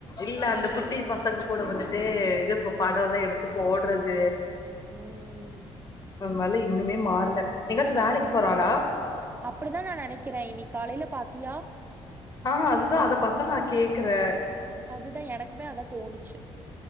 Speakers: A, on the left; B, on the right.
A: இல்ல அந்த குட்டி பசங்க கூட வந்துட்டு இது இப்ப படம்
B: ம்
A: எல்லா எடுத்து போடுறது
B: ம்
A: அவளா இன்னுமே மாற்ல எங்கயாச்சும் வேலைக்கு போறாளா
B: அப்டிதான் நான் நினக்கிறேன் இன்னிக்கு காலைல பாத்தியா
A: ஆ அதுதா அத பாத்தா நா கேக்குறே
B: அதுதா எனக்குமே அதா தோணுச்சு